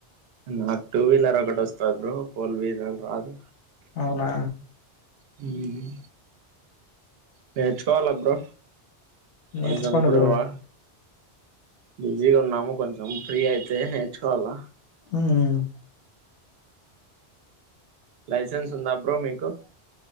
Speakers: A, on the right; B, on the left.
A: నాక్ టూ వీలర్ ఒకటి వస్త బ్రో ఫోర్ వీలర్ రాదు
B: అవునా
A: హుహ్మ్ నేర్చుకోవాల బ్రో
B: నేర్చుకోండి
A: కొంచెం ఇప్పుడువా
B: బ్రో
A: బిజీగా ఉన్నము కొంచెం ఫ్రీ అయితే నేర్చుకోవాల్ల
B: హుహ్మ్
A: లైసెన్స్ ఉందా బ్రో మీకు